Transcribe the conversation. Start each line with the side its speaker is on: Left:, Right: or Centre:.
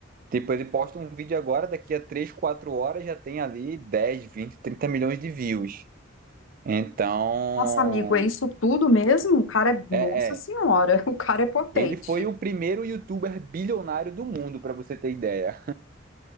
Right: Tipo, ele posta um vídeo agora, daqui a 3, 4 horas já tem ali 10, 20, 30 milhões de views. Então,
Left: nossa, amigo, é isso tudo mesmo? O cara é,
Right: é,
Left: nossa
Right: é.
Left: senhora, <laughs> o cara é potente.
Right: Ele foi o primeiro youtuber bilionário do mundo, pra você ter ideia.